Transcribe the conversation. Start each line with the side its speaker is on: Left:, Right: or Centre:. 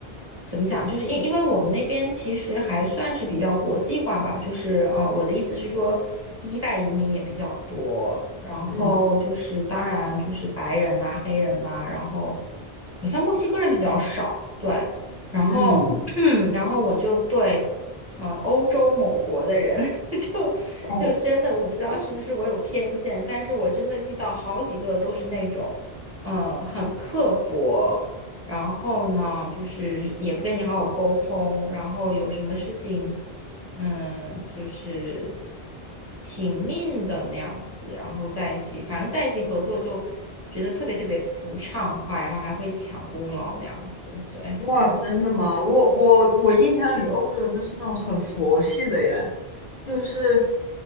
Right: 怎么讲，就是因因为我们那边其实还算是比较国际化吧，就是呃，我的意思是说，一代移民也比较多，然后就是当然就是白人呐、
Left: 嗯
Right: 黑人呐、然后好像墨西哥人比较少，对，然后
Left: 嗯，
Right: <clears throat> 然后我就对。呃，欧洲某国的人 <laughs> <laughs> 就就真的我不知道是不是我有偏见，
Left: 哦，嗯
Right: 但是我真的遇到好几个都是那种，嗯、很刻薄，然后呢，就是也不跟你好好沟通，然后有什么事情，嗯、就是挺命的那样子，然后在一起，反正在一起合作就觉得特别特别不畅快，然后还会抢功劳那样子，对。
Left: 哇，真的吗？我我我印象里欧洲人都是那种很佛系的呀，就是